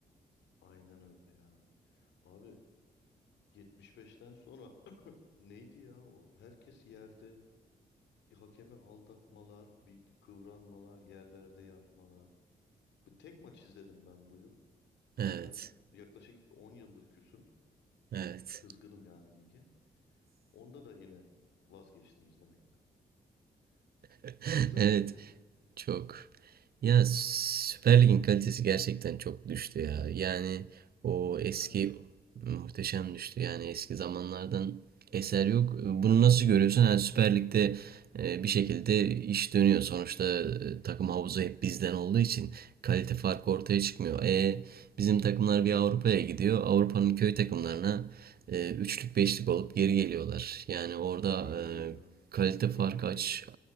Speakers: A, on the left; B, on the right.
A: Aynen öyle ya. Abi 75'ten sonra <clears throat> neydi ya o? Herkes yerde. Bir hakemi aldatmalar, bir kıvranmalar, yerlerde yatmalar. Bir tek maç izledim ben bu yıl. Zaten
B: Evet.
A: yaklaşık 10 yıldır küsüm.
B: Evet.
A: Kızgınım yani lige. Onda da yine vazgeçtim izlemekten.
B: <laughs>
A: Rezalet
B: Evet.
A: ya.
B: Çok. Ya Süper Lig'in kalitesi gerçekten çok düştü ya. Yani o
A: Muhteşem
B: eski
A: düştü.
B: muhteşem düştü. Yani eski zamanlardan eser yok. Bunu nasıl görüyorsun? Yani Süper Lig'de e, bir şekilde iş dönüyor. Sonuçta e, takım havuzu hep bizden olduğu için kalite farkı ortaya çıkmıyor. E, bizim takımlar
A: Hmm.
B: bir Avrupa'ya gidiyor. Avrupa'nın köy takımlarına e, üçlük beşlik olup geri geliyorlar. Yani orada
A: Aynen
B: e,
A: öyle abi.
B: kalite
A: Çok
B: farkı
A: iyi tespit.
B: aç,